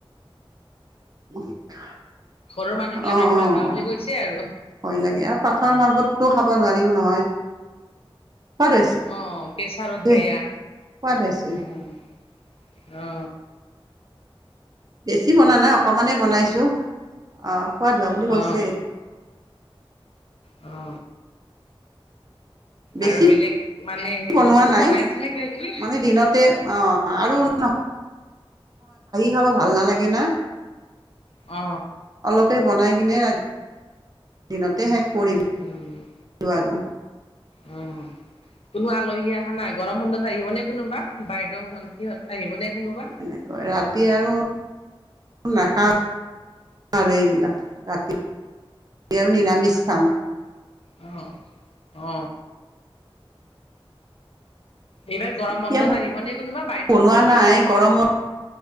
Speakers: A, on the right (about 40°); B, on the left (about 85°).
A: <unintelligible>
B: ঘৰৰ মানুহ বিলাকে
A: অ',
B: সোৱাদ
A: অ',
B: হোৱা বুলি কৈছে আৰু।
A: ভয় লাগে। আৰু পাঠাৰ মাংসটো খাব নোৱাৰিম নহয়। সোৱাদ হৈছে
B: অ প্ৰেচাৰত
A: দে
B: বেয়া
A: সোৱাদ হৈছে
B: উম অ।
A: বেছি বনোৱা নাই অকমানেই বনাইছো। অ', সোৱাদ হোৱা বুলি কৈছে।
B: অ। অ।
A: বেছি
B: আৰু বেলেগ মানে হেৰি
A: বনোৱা
B: বস্তু
A: নাই
B: বনাই আছে নে কিবা কিবি?
A: মানে দিনতে অ। অ আৰু <unintelligible> খাব ভাল নালাগে না।
B: অ।
A: অলপেই বনাই কিনে দিনতে শেষ কৰিলোঁ
B: উম।
A: আৰু।
B: উম। কোনো আলহী আহা নাই? গৰম বন্ধত আহিব নে কোনোবা বাইদেউ ভন্টিহত আহিব নে কোনোবা?
A: নাই কৰা। ৰাতি আৰু নাখাও আৰু এইবিলাক ৰাতি আৰু নিৰামিষ
B: অ
A: খাম।
B: অ অ। এইবাৰ গৰম
A: এতিয়া
B: বন্ধত আহিব নে কোনোবা বাইদেউ
A: বনোৱা
B: ভণ্টি?
A: নাই গৰমৰ